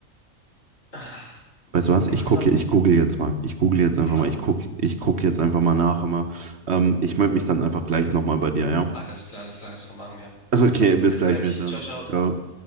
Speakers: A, on the left; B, on the right.
A: Ah,
B: Weißt du was?
A: Was
B: Ich gucke,
A: sagst
B: ich google jetzt mal. Ich google jetzt einfach
A: du? Machen
B: mal. Ich guck,
A: wir.
B: ich guck jetzt einfach mal nach immer. Ähm, ich melde mich dann einfach gleich nochmal bei dir, ja?
A: Alles klar, alles klar, alles klar, machen wir.
B: Okay, bis
A: Bis
B: gleich
A: gleich.
B: mit dann.
A: Ciao, ciao.
B: Ciao.